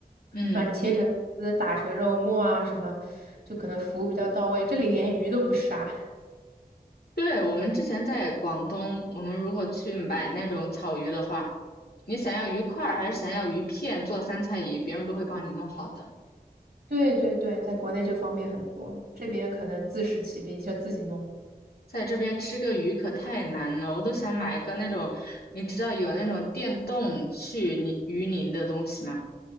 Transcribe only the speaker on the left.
嗯，
对，我们之前在广东，我们如果去买那种草鱼的话，你想要鱼块儿还是想要鱼片做三菜鱼，别人都会帮你弄好的。
在这边吃个鱼可太难了，我都想买一个那种，你知道有那种电动去泥鱼鳞的东西吗？